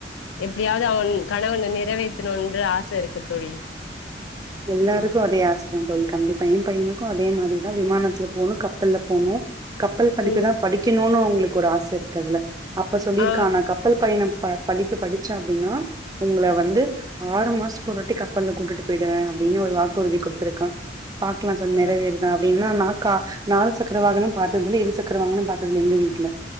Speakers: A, on the left; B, on the right.
A: எப்படியாவது அவன் கனவு ஒன்ன நிறைவேத்தணு என்று ஆச இருக்கு தோழி
B: எல்லாருக்கு
A: ம்
B: அதே ஆச தா தோழி கண்டிப்பா எ பையணு கு அதே மாரிதா விமானத்துல போணு கப்பல்ல போணு கப்பல் படிப்புதா
A: ம்
B: படிக்கணும்னு அவுங்க ளுக்கு ஒரு ஆச இருக்கு அதுல அப்ப சொல்லியிருக்கான்னா
A: ஆ
B: கப்பல் பயணம் ப படிப்பு படிச்சே அப்படின்னா உங்களை வந்து ஆறு மாசத்துக்கு ஒருவாட்டி கப்பல்ல கூட்டு போயிடுவே அப்படின்னு ஒரு வாக்குறுதி கொடுத்துருக்க பாக்கலா <unintelligible>
A: ஆ
B: நிறவேறுதா அப்படின்னா அக்கா நாலு சக்கரவாகனம் பாத்ததுல்ல இரு சக்கர வாகனமு பாத்தது இல்ல எங்க வீட்ல